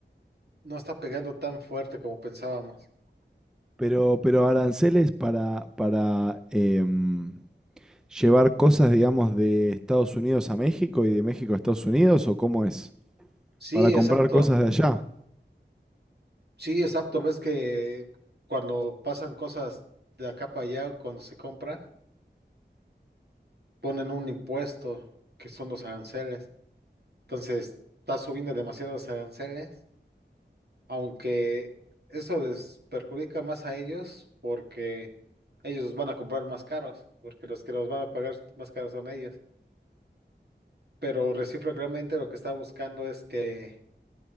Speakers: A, on the right; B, in the centre.
A: no está pegando tan fuerte como pensábamos.
B: Pero, pero aranceles para, para em, llevar cosas, digamos, de Estados Unidos a México y de México a Estados Unidos, ¿o cómo es?
A: Sí,
B: Para comprar
A: exacto.
B: cosas de allá.
A: Sí, exacto. Ves que cuando pasan cosas de acá para allá, cuando se compran, ponen un impuesto que son los aranceles. Entonces, está subiendo demasiado los aranceles, aunque eso les perjudica más a ellos porque ellos van a comprar más caros, porque los que los van a pagar más caros son ellos. pero recíprocamente lo que está buscando es que